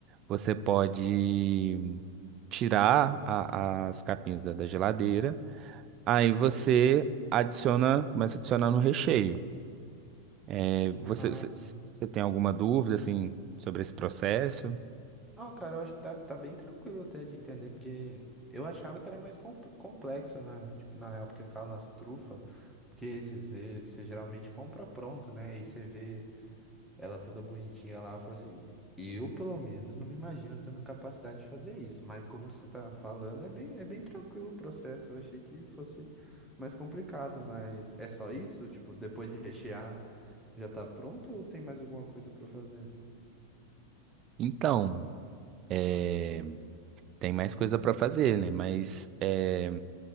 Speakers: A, on the right; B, in the centre.
A: você pode tirar a- as capinhas da, da geladeira. Aí você adiciona, começa a adicionar no recheio. É, Você,
B: Ah,
A: você,
B: sim.
A: você tem alguma dúvida assim sobre esse processo?
B: Não, cara, eu acho que tá, tá bem tranquilo até de entender, porque eu achava que era mais com- complexo, né? Tipo, na época que eu ficava nas trufas, porque você geralmente compra pronto, né? E você vê Ela toda bonitinha lá, fala assim, eu pelo menos não me imagino tendo capacidade de fazer isso, mas como você tá falando, é bem, é bem tranquilo o processo, eu achei que fosse mais complicado, mas é só isso? Tipo, depois de rechear, já tá pronto ou tem mais alguma coisa pra fazer?
A: Então, é, tem mais coisa para fazer, né? Mas é,